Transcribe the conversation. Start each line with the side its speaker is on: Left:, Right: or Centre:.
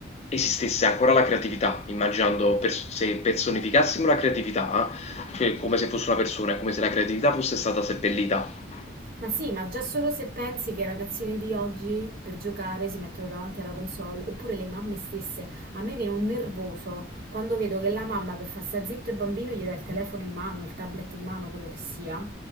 Left: esistesse ancora la creatività, immaginando pers se personificassimo la creatività, eh, cioè come se fosse una persona, è come se la creatività fosse stata seppellita.
Right: Ma sì, ma già solo se pensi che i ragazzini di oggi per giocare si mettono davanti alla console, oppure le mamme stesse, a me viene un nervoso quando vedo che la mamma per far sta zitto il bambino gli dà il telefono in mano, il tablet in mano, quello che sia.